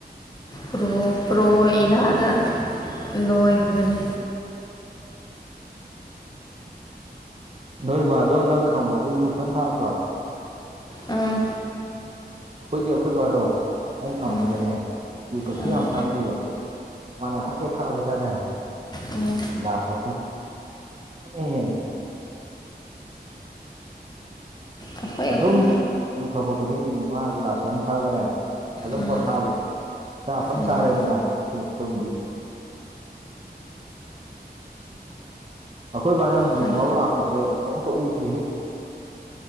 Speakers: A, on the left; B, on the right.
A: ꯄ꯭ꯔꯣ ꯄ꯭ꯔꯣ ꯏꯔꯥꯗ ꯂꯣꯏꯈꯤꯕꯅꯤ
B: ꯅꯣꯏ ꯕꯥꯗꯣ ꯅꯪ ꯈꯪꯕꯕꯨ ꯌꯨ ꯐꯟ ꯊꯥꯛꯑꯝꯕ꯭ꯔꯣ
A: ꯎꯝ
B: ꯑꯩꯈꯣꯏꯗꯤ ꯑꯩꯈꯣꯏ ꯕꯥꯗꯣ ꯑꯩꯅ ꯈꯪꯉꯛꯄꯗꯅꯦ
A: ꯎꯝ
B: ꯌꯨ ꯀꯩꯁꯨ
A: ꯎꯝ
B: ꯌꯥꯝ ꯊꯥꯝꯗꯦꯕ ꯃꯥꯅ ꯊꯛꯀꯦ ꯊꯛꯕꯗꯅꯦ
A: ꯎꯝ
B: ꯂꯤꯂꯥꯁ ꯑꯍꯨꯝ ꯎꯝ
A: ꯑꯩꯈꯣꯏ
B: ꯑꯗꯨꯝ
A: ꯑꯩꯈꯣꯏ
B: ꯌꯨ ꯊꯕ ꯈꯨꯗꯤꯡꯒꯤꯅꯤ ꯃꯥ ꯒꯤꯂꯥꯁ ꯑꯍꯨꯝ ꯊꯛꯒꯅꯦ ꯑꯗꯨꯝ
A: ꯎꯝ
B: ꯄꯣꯊꯥꯕꯤ ꯆꯥꯛ ꯐꯟ
A: ꯎꯝ
B: ꯆꯥꯔꯦꯗꯅ ꯑꯗꯨꯒ ꯇꯨꯝꯕꯤ ꯑꯩꯈꯣꯏ ꯕꯥꯅ ꯌꯨꯡꯉꯥꯎ
A: ꯍꯣꯏ
B: ꯂꯥꯛꯄꯁꯦ ꯅꯣꯡꯃꯇ ꯎꯗ꯭ꯔꯤꯌꯦ